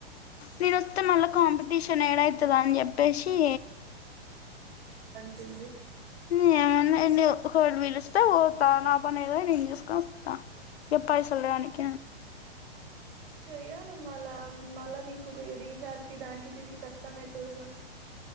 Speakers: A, on the left; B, on the right.
A: నేనోత్తే మళ్ళ కాంపిటీష్ <inaudible> ఏడైతదో అని చెప్పేషి
B: టుంది
A: ఊ ఏమన్నా ఎండు ఒకోడు పిలుస్తే పోతా నా పని ఏదో నేను చూసుకొని వస్తా ఎప్పైసలు రానీ <inaudible>
B: చెయ్యాలి మళ్ళా మళ్ళ నీకు రీఛార్జ్కి దానికి దీనికి కష్టమైతదిగా